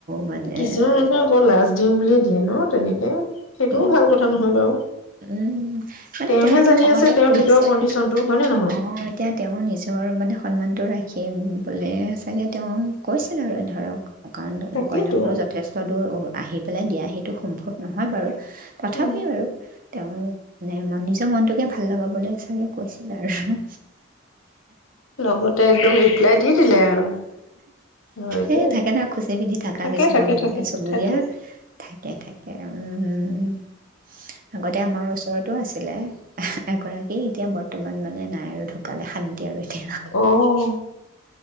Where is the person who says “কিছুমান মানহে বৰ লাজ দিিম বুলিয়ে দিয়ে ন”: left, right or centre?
Left